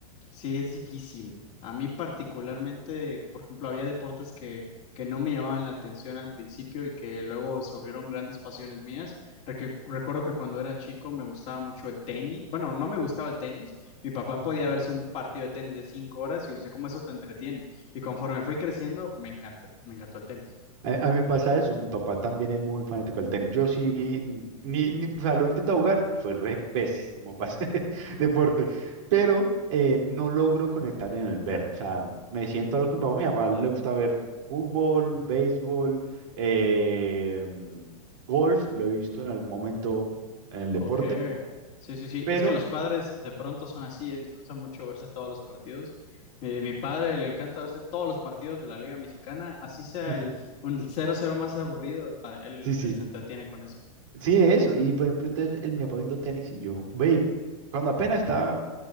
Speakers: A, on the left; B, on the right.
A: Sí, es difícil. A mí particularmente, por ejemplo, había deportes que, que no me llamaban la atención al principio y que luego se volvieron grandes pasiones mías. Reque- recuerdo que cuando era chico me gustaba mucho el tenis. Bueno, no me gustaba el tenis. Mi papá
B: <laughs>
A: podía
B: ujú.
A: verse un partido de tenis de cinco horas y yo le decía, ¿cómo eso te entretiene? Y conforme fui creciendo, me encantó, me encantó el tenis.
B: A, a mí me pasa eso, mi papá también es muy fanático del tenis. Yo sí, ni, ni- o sea, lo he intentado jugar, fue re pésimo para ese <laughs> deporte, pero eh, no logro conectar en el ver. O sea, me siento a lo que mi papá, mi papá le gusta ver fútbol, béisbol, eh, golf, lo he visto en algún momento en el
A: Ok,
B: deporte,
A: sí, sí, sí.
B: pero
A: Es que los padres de pronto son así, eh, Disfrutan mucho verse todos los partidos. Mi, mi padre le encanta verse todos los partidos de la Liga Mexicana, así sea
B: <laughs>
A: el un cero cero más aburrido, para él,
B: sí, sí,
A: él se entretiene con eso.
B: sí, eso. Y por ejemplo, entonces él me papá viendo tenis y yo, ve, cuando apenas estaba